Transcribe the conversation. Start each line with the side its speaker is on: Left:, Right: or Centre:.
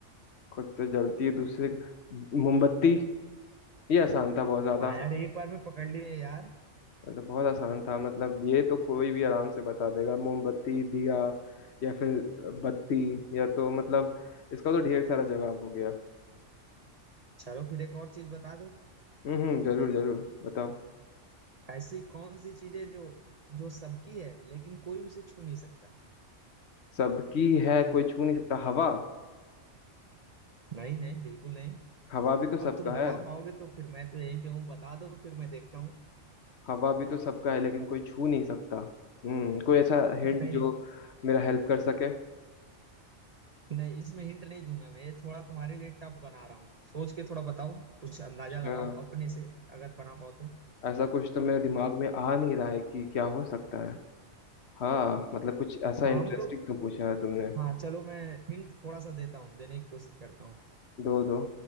Left: खुद तो जलती है दूसरे को मोमबत्ती ये आसान था बहुत ज्यादा
Right: हाँ यार एक बार में पकड़ लिए यार
Left: ये तो बहुत आसान था मतलब ये तो कोई भी आराम से बता देगा मोमबत्ती दिया या फिर बत्ती या तो मतलब इसका तो ढेर सारा जवाब हो गया
Right: चलो फिर एक और चीज बता दो
Left: हम्म हम्म, जरूर जरूर बताओ
Right: ऐसी कौन सी चीज है जो जो सबकी है लेकिन कोई उसे छू नहीं सकता
Left: सबकी है कोई छू नहीं सकता हवा
Right: नहीं नहीं बिल्कुल नहीं
Left: हवा भी तो सबका
Right: अब तुम बता
Left: है
Right: पाओगे तो फिर मैं तो यहीं पे हूँ बता दो फिर मैं देखता हूँ
Left: हवा भी तो सबका है लेकिन कोई छू नहीं सकता हम्म कोई ऐसा
Right: <laughs>
Left: हिंट
Right: नहीं
Left: जो मेरा हेल्प कर सके
Right: नहीं इसमें हिंट नहीं दूंगा मैं ये थोड़ा तुम्हारे लिए टफ बना रहा हूँ सोच के थोड़ा बताओ कुछ
Left: अच्छा,
Right: अंदाजा लगाओ अपने से अगर बना पाओ तो
Left: ऐसा कुछ तो मेरे दिमाग में आ नहीं रहा है कि क्या हो सकता है हाँ मतलब कुछ ऐसा
Right: हाँ,
Left: इंटरेस्टिंग
Right: हम लोग
Left: तो पूछा है तुमने
Right: हाँ चलो मैं हिंट थोड़ा सा देता हूँ देने की कोशिश करता हूँ
Left: दो दो